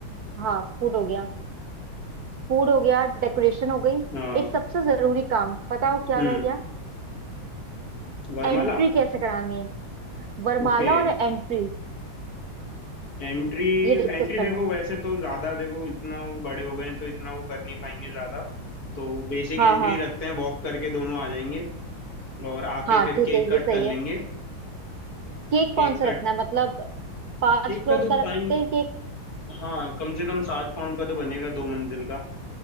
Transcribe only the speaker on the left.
हाँ
हम्म
वरमाला
Okay
entry
एंट्री
देखो
वैसे तो ज्यादा देखो इतना वो बड़े हो गए हैं तो इतना वो कर नहीं पाएंगे ज्यादा तो बेसिक
एंट्री
रखते हैं वॉक करके दोनों आ जाएंगे और आके
फिर
केक
कट
कर लेंगे
Cake
cut
केक
का तो
पाइन
हाँ कम से कम सात पाउंड का तो बनेगा दो मंजिल का